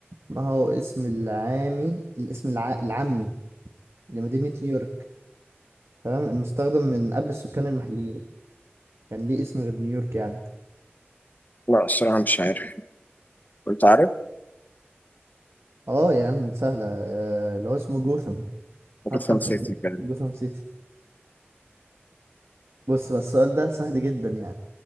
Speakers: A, on the right; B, on the left.
A: ما هو اسم العامي الاسم الع... العامي لمدينة نيويورك تمام المستخدم من قبل السكان المحليين كان ليه اسم غير نيويورك يعني
B: لا الصراحة مش عارف أنت عارف؟
A: اه يا عم سهلة آه، اللي هو اسمه جوثام
B: الفاتيكان
A: حتى في
B: سيتي يعني
A: جوثام سيتي بص بقى السؤال ده سهل جدا يعني